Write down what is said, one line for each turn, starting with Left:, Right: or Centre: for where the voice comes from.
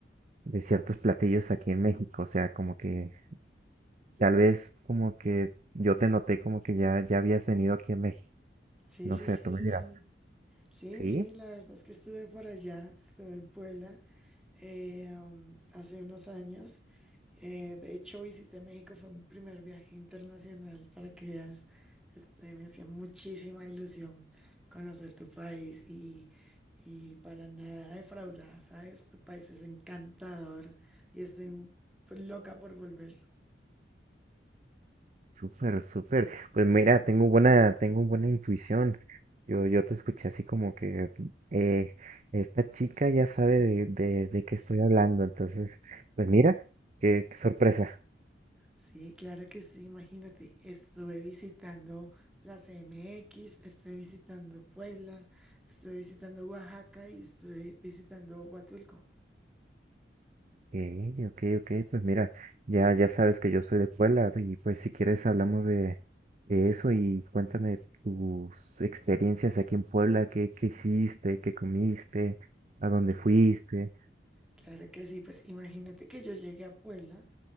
Right: de ciertos platillos aquí en México. O sea, como que tal vez como que yo te noté como que ya, ya habías venido aquí a México.
Centre: Sí,
Right: No
Centre: sí,
Right: sé,
Centre: sí,
Right: tú me dirás.
Centre: sí, sí. Sí,
Right: Sí,
Centre: sí, la verdad es que estuve por allá, estuve en Puebla eh, am, hace unos años. Eh, de hecho, visité México, fue mi primer viaje internacional para que veas. este, me hacía muchísima ilusión conocer tu país y, y para nada defraudada, ¿sabes? Tu país es encantador y estoy loca por volver.
Right: súper, súper. Pues mira, tengo buena, tengo buena intuición. Yo, yo te escuché así como que eh, esta chica ya sabe de, de, de qué estoy hablando. Entonces, pues mira, qué, qué sorpresa.
Centre: Sí, claro que sí, imagínate, estuve visitando la X, estuve visitando Puebla, estuve visitando Oaxaca y estuve visitando Huatulco.
Right: Eh, ok, ok, pues mira, ya, ya sabes que yo soy de Puebla y pues si quieres hablamos de, de eso y cuéntame tus experiencias aquí en Puebla, qué, qué hiciste, qué comiste, a dónde
Centre: Claro.
Right: fuiste.
Centre: Claro que sí, pues imagínate que yo llegué a Puebla